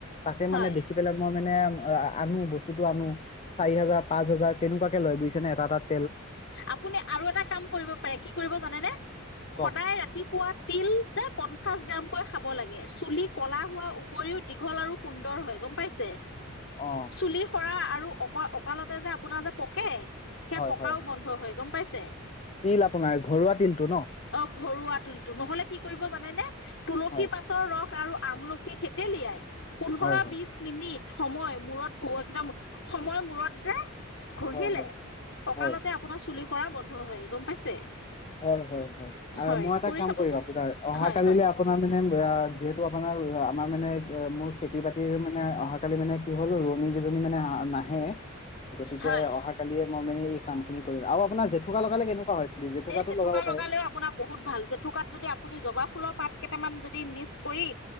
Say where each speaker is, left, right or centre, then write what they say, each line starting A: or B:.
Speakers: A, on the left (about 30°); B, on the left (about 65°).
A: তাকে
B: হয়
A: মানে দেখি পেলাই মই মানে আনো বস্তুটো আনো, চাৰি হাজাৰ-পাঁচ হাজাৰ তেনেকুৱাত। লয়, বুইছেনে এটা এটাত।
B: আপুনি আৰু এটা কাম কৰিব পাৰে কি কৰিব জানেনে?
A: কওক
B: সদায় ৰাতিপুৱা তিল যে পঞ্চাশ গ্ৰাম কৈ খাব লাগে চুলি ক'লা হোৱাৰ উপৰিও দীঘল আৰু সুন্দৰ হয়, গম পাইছে?
A: অ
B: চুলি সৰা আৰু অকৱা অকালতে যে আপোনাৰ যে পকে
A: হয়
B: পকাও
A: হয়
B: বন্ধ হয়, গম পাইছে।
A: তিল আপোনাৰ ঘৰুৱা তিলটো ন
B: অ ঘৰুৱা তুলিটো। নহ'লে কি কৰিব জানেনে তুলসী
A: হয়
B: পাতৰ ৰস আৰু আমলখি থেতেলিয়াই পোন্ধৰ-বিশ
A: হয় হয়
B: মিনিট। সময় মূৰত খ কেইটা সময় মূৰত যে ঘঁহিলে
A: হয় হয়
B: ককালতে
A: হয়
B: আপোনাৰ চুলি সৰা বন্ধ হয়। গম পাইছে
A: হয় হয় হয় আৰ
B: হয়
A: মই এটা
B: কৰি
A: কাম
B: চাবচোন
A: কৰিম আপোনা। অহা
B: হয়
A: কালিলে
B: হয়
A: আপোনাৰ মানে যিহেতু আপোনাৰ আমাৰ মানে মোৰ খেতি-বাতিৰ মানে অহাকালি মানে কি হ'ল ৰোৱনী কিজনী মানে নাহে। গতিকে
B: হয়
A: অহা কালিয়ে মই মানে কাম খিনি কৰি। আৰু আপোনাৰ জেঠুকা লগালে কেনেকুৱ হয়? চুলি জেঠুকাটো
B: এই জেঠুকা
A: লগাব পাৰে
B: লগালেও আপোনাৰ বহুত ভাল। জেঠুকাত যদি আপুনি জবা ফুলৰ পাত কেটামান যদি মিছ কৰি